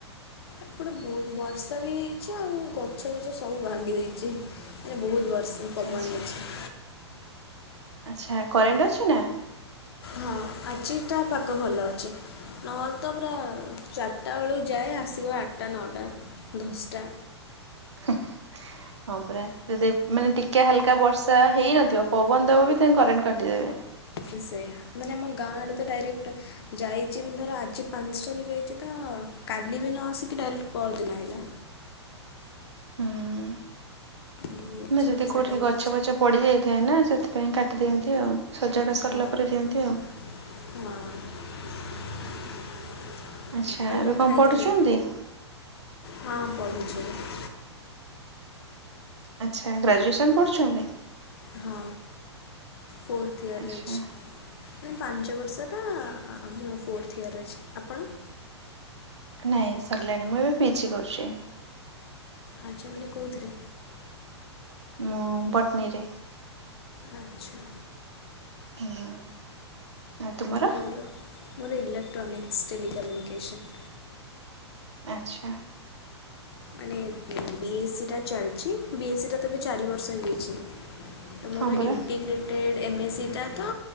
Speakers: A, on the left; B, on the right.
A: ଏପଟେ ବହୁତ ବର୍ଷା ବି ହେଇଛି ଆଉ ଗଛ ଫଛ ସବୁ ଭାଙ୍ଗି ଯାଇଛି ମାନେ ବହୁତ ବର୍ଷ ପବନ
B: ଆଚ୍ଛା।
A: ହେଇଛି।
B: ଆଚ୍ଛା କରେଣ୍ଟ ଅଛି ନା?
A: ହଁ ଆଜିଟା ପାଗ ଭଲ ଅଛି। ନହେଲେ ତ ପୁରା ଚାରିଟା ବେଳକୁ ଯାଏ ଆସିବ ଆଠଟା, ନଅଟା, ଦଶଟା।
B: <unintelligible> ହଁ ପରା ଯେବେ ମାନେ ଟିକେ ହାଲକା ବର୍ଷା ହେଇନଥିବ ପବନ ଦବ ବି ସେ କରେଣ୍ଟ କାଟିଦେବେ।
A: ସେ ସେଇଆ ମାନେ ଆମ ଗାଁ ଆଡେ ତ ଡାଇରେକ୍ଟ ଯାଇଛି ଧର ଆଜି ପାଞ୍ଚଟାରୁ ଯାଇଛି ତ କାଲିବି ନଆସିକି ଡାଇରେକ୍ଟ ପରଦିନ ଆଇଲା।
B: ହୁଁ
A: ବହୁତ
B: ନୁହେଁ
A: ସାଡ଼େ
B: ଯଦି
A: ସାଡ଼େ
B: କୋଉଠି
A: ହେଇଛି
B: ଗଛ ପଛ ପଡ଼ିଯାଇଥାଏନା, ସେଥିପାଇଁ କାଟିଦିଅନ୍ତି ଆଉ, ସଜଡ଼ା ସରିଲା
A: ହଁ
B: ପରେ ଦିଅନ୍ତି ଆଉ।
A: ହଁ।
B: ଆଚ୍ଛା
A: ଆଉ
B: ଏବେ କଣ
A: ଖାଇଥିଲେ
B: ପଢୁଛନ୍ତି?
A: ହଁ ପଢୁଛି ଏବେ।
B: ଆଚ୍ଛା ଗ୍ରାଜୁଏସନ ପଢୁଛନ୍ତି?
A: ହଁ ଫୋର୍ଥ ଇୟର
B: ଆଚ୍ଛା
A: ଅଛି। ମାନେ ପାଞ୍ଚ ବର୍ଷଟା ଆ ଆ ଫୋର୍ଥ ଇୟର ଅଛି। ଆପଣ?
B: ନାଇଁ ସରିଲାଣି ମୁଁ ଏବେ ପିଜି କରୁଛି।
A: ଆଯା ମାନେ କୋଉଥେରେ?
B: ମୁଁ ପଟ୍ନୀ ରେ।
A: ଆଚ୍ଛା।
B: ହୁଁ। ଆଉ ତୁମର?
A: ମୋର ମୋର ଏଇଲେକ୍ଟ୍ରାନିକସ୍ ଟେଲିିକମ୍ୟୁନିକେସନ୍।
B: ଆଚ୍ଛା।
A: ମାନେ ବି ଏ ସି ଟା ଚାଲିଛି ବି ଏ ସି ଟା ତବେ ଚାରି ବର୍ଷ ହେଇଯାଇଛି। ତ ମୋର
B: ହଁ ପରା
A: ଇଣ୍ଟିଗ୍ରେଟେଡ଼୍ ଏ ମେ ସି ଟା ତ